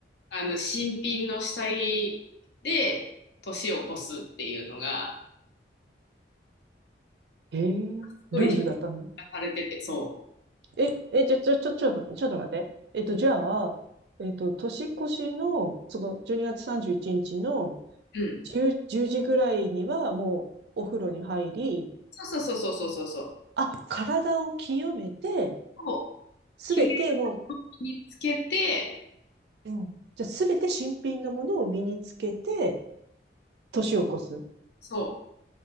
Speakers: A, on the left; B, on the right.
A: あの新品の下着で年を越すっていうのが、
B: えー、
A: すごい
B: ルールだったの
A: されてて、そ
B: え、え、ちょ、ちょ、ちょ、ちょ、ちょっと待って。えっと、じゃあ、えっと、年越しの、その、12月31日の
A: う。うん。う。
B: 10、時ぐらいには、もう、お風呂に入り、
A: そうそうそうそうそうそう。
B: あ、体を清めて、
A: そう。
B: すべて、
A: 綺麗
B: も
A: を身につけて、
B: う、うん。じゃあ、すべて新品のものを身につけて、年を越す。
A: そう。